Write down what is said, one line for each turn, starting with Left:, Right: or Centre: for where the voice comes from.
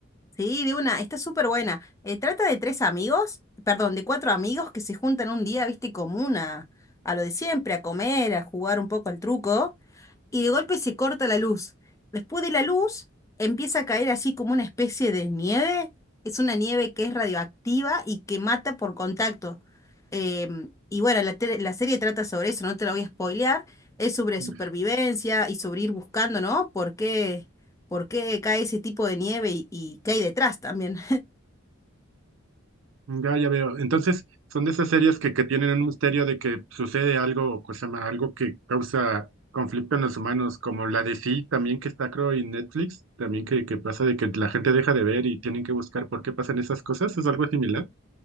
Left: Sí, de una, está súper buena. Eh, trata de tres amigos, perdón, de cuatro amigos que se juntan un día, viste, común a, a lo de siempre, a comer, a jugar un poco al truco. y de golpe se corta la luz. Después de la luz empieza a caer así como una especie de nieve. Es una nieve que es radioactiva y que mata por contacto. Em, y bueno, la, tele- la serie trata sobre eso, no te la voy a spoilear. Es sobre supervivencia
Right: Mm,
Left: y sobre ir buscando, ¿no? ¿Por qué, por qué cae ese tipo de nieve y, y qué hay detrás también?
Right: Ya, ya veo. Entonces, son de esas series que, que tienen un misterio de que sucede algo, cosa más, algo que causa conflicto en los humanos, como la de Sí, también que está creo en Netflix, también que, que pasa de que la gente deja de ver y tienen que buscar por qué pasan esas cosas. ¿Es algo similar?